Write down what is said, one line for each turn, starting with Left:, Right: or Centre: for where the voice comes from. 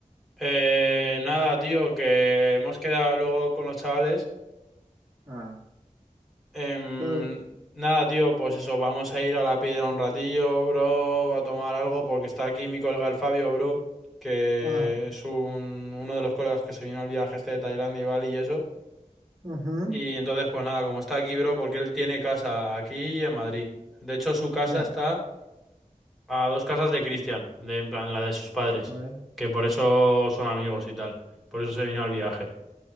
Centre: Eh, nada, tío, que hemos quedado luego con los chavales.
Right: Ah,
Centre: Em,
Right: fue-
Centre: nada, tío, pues eso, vamos a ir a la piedra un ratillo, bro, a tomar algo, porque está aquí mi colega el Fabio, bro, que
Right: ah,
Centre: es un- uno de los colegas que se vino al viaje este de Tailandia y Bali y eso.
Right: ujú,
Centre: Y entonces, pues nada, como está aquí, bro, porque él tiene casa aquí y en Madrid. De hecho, su casa
Right: ya,
Centre: está A dos casas de Cristian, de, en plan la de sus padres,
Right: joder,
Centre: que por eso son amigos y tal, por eso se vino al viaje.